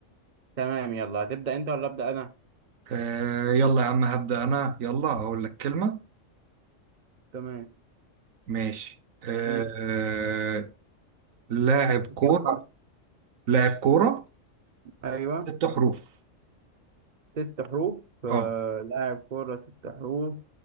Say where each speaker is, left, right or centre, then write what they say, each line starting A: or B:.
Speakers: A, on the right (about 40°); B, on the right (about 85°).
A: تمام، يلا هتبدأ أنت ولا أبدأ أنا
B: آه يلا يا عم هبدأ انا يلا اقول لك كلمة
A: تمام
B: ماشي آه
A: من
B: لاعب كورة
A: كام حرف
B: لاعب كورة
A: أيوه
B: ست حروف
A: ست حروف آه،
B: اه
A: لاعب كورة ست حروف